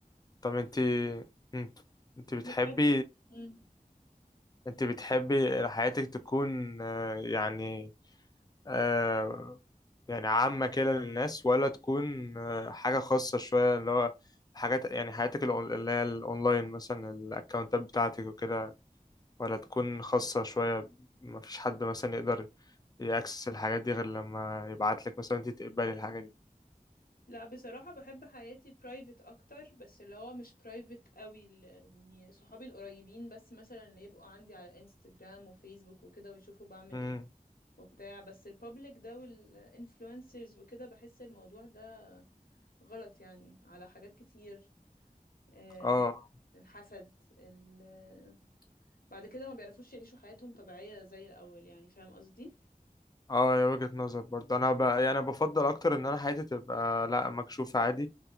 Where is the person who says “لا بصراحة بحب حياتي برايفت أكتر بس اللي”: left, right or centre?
Left